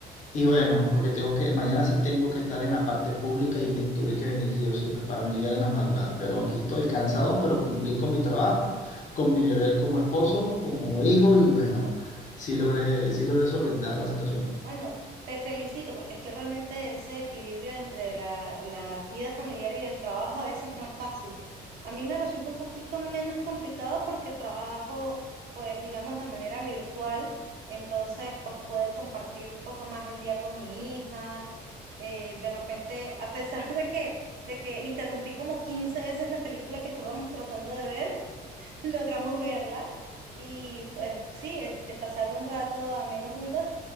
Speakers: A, on the left; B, on the right.
A: Y bueno, porque tengo que, mañana sí tengo que estar en la parte pública y me tuve que venir sí o sí, pues para no llegar en la madrugada. Pero aquí estoy cansado, pero cumplí con mi trabajo, con mi deber como esposo, como hijo y bueno, sí logré, sí logré solventar la situación.
B: Bueno, te felicito porque es que realmente ese equilibrio entre la, la vida familiar y el trabajo a veces no es fácil. A mí me resulta un poquito menos complicado porque trabajo, pues digamos, de manera virtual, entonces pues puedo compartir un poco más el día con mi hija. eh, de repente, a pesar de que, de que interrumpí como 15 veces la película que estábamos tratando de ver, <laughs> logramos verla y pues sí, este, pasar un rato a menos juntas,